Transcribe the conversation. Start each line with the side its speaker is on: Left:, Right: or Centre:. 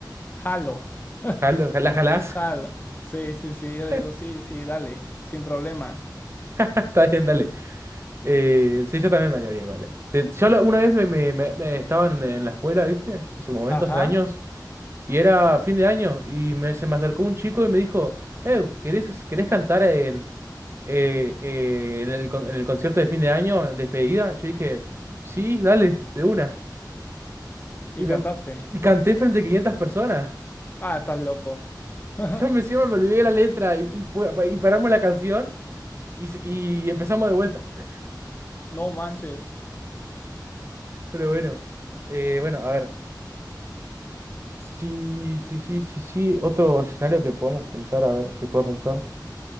Left: Jalo. <laughs>
Right: Jalo, ¿La jalás?
Left: Jalo. Sí, sí, sí, yo le
Right: <laughs>
Left: digo, sí, sí, dale, sin problema.
Right: Está bien, dale. Eh, sí, yo también me animaría igual. eh. Sí, yo lo- una vez me, me, me- me- estaba en, en la escuela, ¿viste? En su momento,
Left: Ajá,
Right: hace años. Y era fin de año y me, se me acercó un chico y me dijo, eh, ¿querés, querés cantar en, eh, eh, en el, con- en el concierto de fin de año, en despedida? Yo dije, sí, dale, de una.
Left: y
Right: Y, me,
Left: cantaste.
Right: y canté frente a 500 personas.
Left: Ah, estás loco. <laughs>
Right: Yo me encima me olvidé la letra y, y, pu- y paramos la canción y, se- y empezamos de vuelta. <laughs>
Left: No manches.
Right: Pero bueno, eh, bueno, a ver. Sí, sí, sí, sí, sí. Otro escenario que podemos pensar, a ver, que pueda pensar.